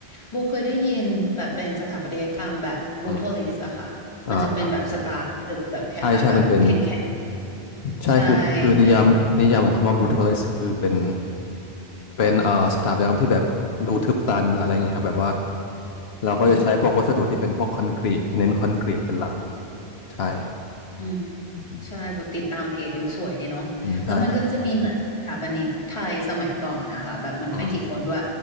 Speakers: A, on the left; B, on the left.
A: โบเคยได้ยินแบบเป็นสถาปัตยกรรมแบบบูโทลิสอะค่ะมันจะเป็นแบบสไตล์ตึกแบบคล้ายๆแบบแข็งแข่ง
B: อืมอ่าครับใช่ใช่มันเป็นใช่คือคือนิยามนิยามของคำว่า
A: ใช่เป็น
B: brutalist คือเป็นเป็นเอ่อสถาปัตยกรรมที่แบบดูทึบตันอะไรอย่างเงี้ยครับแบบว่าเราก็จะใช้พวกวัสดุที่เป็นพวกคอนกรีตเน้นคอนกรีตเป็นหลัก
A: อืม
B: ใช่
A: อืม
B: อืม
A: ใช่โบติดตามเพจอยู่สวยดีเนาะแล้วมันก็จะมีเหมือนสถาปนิกไทยสมัยก่อนนะคะแบบเหมือนไม่กี่คนด้วย
B: อืมใช่อืม